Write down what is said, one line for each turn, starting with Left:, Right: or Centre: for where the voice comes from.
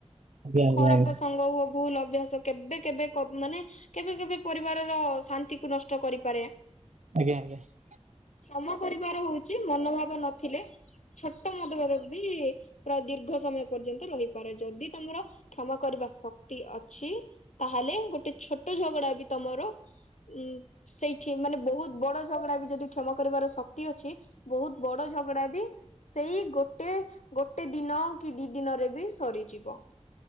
Right: ଆଜ୍ଞା ଆଜ୍ଞା
Left: ଖରାପସଙ୍ଗ
Right: ଆଜ୍ଞା ଆଜ୍ଞା।
Left: ହୁଅ ଭୁଲ ଅଭ୍ୟାସ କେବେ କେବେ ମାନେ କେବେ କେବେ ପରିବାରର ଶାନ୍ତିକୁ ନଷ୍ଟ କରି ପରେ
Right: ଆଜ୍ଞା ଆଜ୍ଞା
Left: କ୍ଷମା କରିବାର ହଉଛି ମନୋଭାବ ନଥିଲେ ଛୋଟ ମଦଭେଦ ବି ପ୍ରାୟ ଦୀର୍ଘ ସମୟ ପର୍ଯ୍ୟନ୍ତ ରହିପାରେ ଯଦି ତମର କ୍ଷମା କରିବା ଶକ୍ତି ଅଛି ତାହେଲେ ଗୋଟେ ଛୋଟ ଝଗଡା ବି ତମର ଉଁ ସେଇଠି ମାନେ ବହୁତ ବଡ ଝଗଡା ବି ଯଦି କ୍ଷମା କରିବାର ଶକ୍ତି ଅଛି ବହୁତ ବଡ ଝଗଡା ବି ସେଇ ଗୋଟେ ଗୋଟେ ଦିନ କି ଦି ଦିନରେ ବି ସରିଯିବ।